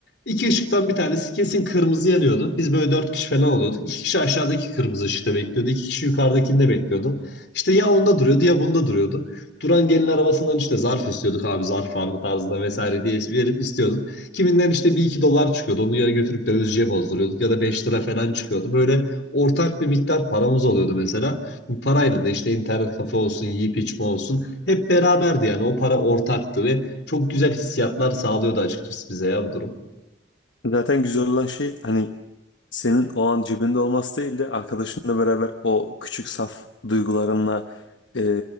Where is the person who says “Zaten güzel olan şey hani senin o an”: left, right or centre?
Left